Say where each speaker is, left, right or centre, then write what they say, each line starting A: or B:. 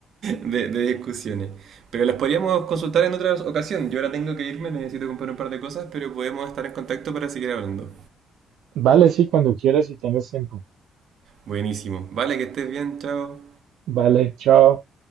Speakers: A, on the right; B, on the right.
A: de, de discusiones. Pero las podríamos consultar en otra ocasión. Yo ahora tengo que irme, necesito comprar un par de cosas, pero podemos estar en contacto para seguir hablando.
B: vale, sí, cuando quieras y tengas tiempo.
A: Buenísimo. Vale, que estés bien, chao.
B: Vale, chao.